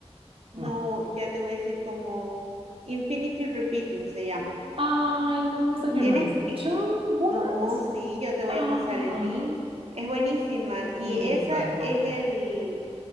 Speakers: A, on the right; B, on the right.
A: No,
B: No.
A: ya te voy a decir como Infinity Repeating se llama.
B: Ay, no, eso yo
A: Tienes
B: no lo he escuchado,
A: que...
B: ¿what?
A: No, sí, yo te voy
B: Ah,
A: a pasar el link. Es buenísima. Y
B: no
A: esa
B: lo puedo
A: es
B: creer.
A: el,